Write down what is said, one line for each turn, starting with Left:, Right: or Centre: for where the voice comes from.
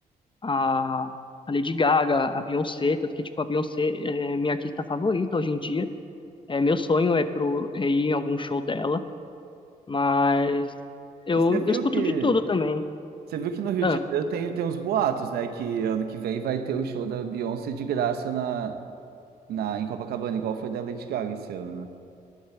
Left: a, a Lady Gaga, a Beyoncé, tanto que, tipo, a Beyoncé é minha artista favorita hoje em dia. É, meu sonho é, pro, é ir em algum show dela. Mas eu,
Right: E você viu
Left: eu escuto
Right: que
Left: de tudo também.
Right: você viu que no Rio
Left: Ah,
Right: de Janeiro tem, tem uns boatos, né? Que ano que vem vai ter o show da Beyoncé de graça na, na, em Copacabana, igual foi da Lady Gaga esse ano, né?